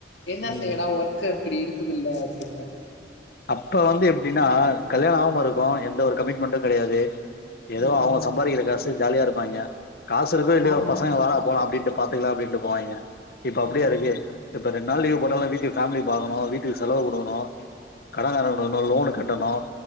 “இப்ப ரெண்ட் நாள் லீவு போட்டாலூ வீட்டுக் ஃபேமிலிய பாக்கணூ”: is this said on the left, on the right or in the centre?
Left